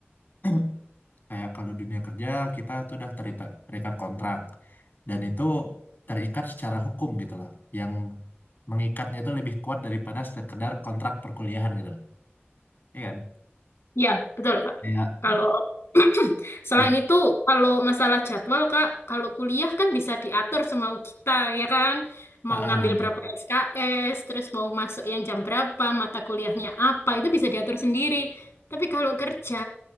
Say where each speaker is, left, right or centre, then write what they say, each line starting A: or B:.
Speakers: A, on the left (about 50°); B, on the left (about 80°).
A: <clears throat> Kayak kalau dunia kerja kita tuh udah terita- terikat kontrak dan itu terikat secara hukum gitu loh. Yang mengikatnya itu lebih kuat daripada sekedar kontrak perkuliahan gitu loh. Iya kan?
B: Ya, betul, Kak.
A: Iya.
B: Kalau <clears throat> selain
A: Kayak,
B: itu, kalau masalah jadwal, Kak, kalau kuliah kan bisa diatur semau kita, ya kan?
A: ah,
B: Mau ngambil berapa SKS, terus mau masuk yang jam berapa, mata kuliahnya apa, itu bisa diatur sendiri. Tapi kalau kerja,